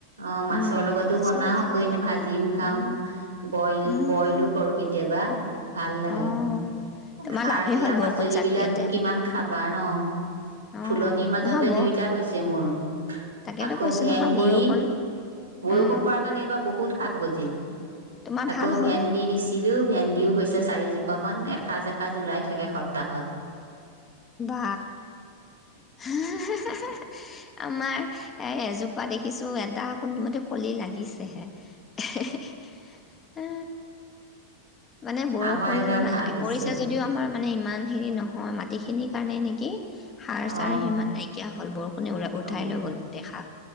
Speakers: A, on the right; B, on the left.
A: অ মাছৰ
B: উম
A: লগতো
B: মাছৰো
A: বনাও
B: ভাল
A: আকৌ
B: লাগে
A: এনে ভাজিও খাও
B: উম
A: বইল
B: উম
A: বইলো কৰো কেতিয়াবা ভাল লাগে
B: অঁ তোমাৰ
A: সাৰ
B: লাভেই
A: দিয়া
B: হ'ল বৰষুণ
A: পাচলি
B: জাক
A: বিলাকনো
B: দিয়াতে
A: কিমান খাবা কান
B: অ',
A: ফুলনিৰ মাজতে
B: নহয় ব
A: দুইটা হৈছে মোৰ
B: তাকেতো
A: আকৌ
B: কৈছো
A: ভেন্দি
B: নহয় বৰষুণ
A: বৰষুণ
B: উম,
A: পাৰা কাৰণে এইবাৰ বহুত শাক গজিল
B: তোমাৰ
A: আকৌ
B: ভাল হ'ল?
A: ভেন্দি দিছিলো ভেন্দি দিও হৈছে চাৰিজোপামান এসাজ এসাজ উলাই থাকে সপ্তাহত
B: বা হে হে হে আমাৰ এযো পা দেখিছোঁ এদা কোনোমতে কলি লাগিছেহে এহে হে এ মানে বৰষুণ
A: আমাৰ এইবাৰ
B: আ
A: ভাল হৈছে
B: পৰিছে যদিও আমাৰ মানে ইমান হেৰি নহয় ম টি খিনিৰ কাৰণে নেকি সাৰ
A: অ
B: চাৰ সিমান নাইকিয়া হ'ল বৰষুণে উঠাই
A: অ
B: লৈ গ'ল গোটেই সাৰ